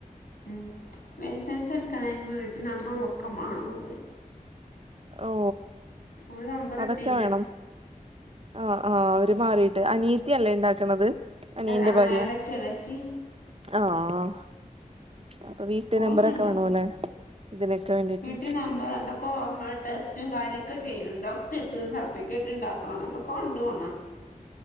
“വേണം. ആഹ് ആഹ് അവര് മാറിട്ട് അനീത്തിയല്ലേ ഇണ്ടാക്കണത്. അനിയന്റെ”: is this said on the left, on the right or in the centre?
Right